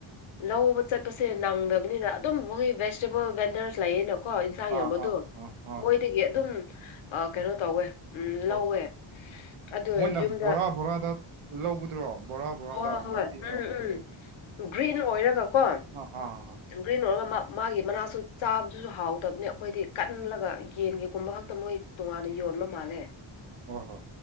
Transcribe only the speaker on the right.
ꯑꯥ
ꯑꯥ ꯑꯥ ꯑꯥ
ꯑꯣ
ꯃꯣꯏꯅ
ꯕꯣꯔꯥ ꯕꯣꯔꯥꯗ ꯂꯧꯕꯗꯨꯔꯣ ꯕꯣꯔꯥ ꯕꯣꯔꯥꯗ
ꯅꯥꯄꯤ
ꯑꯥ
ꯑꯥ ꯍꯥ
ꯍꯣ ꯍꯣ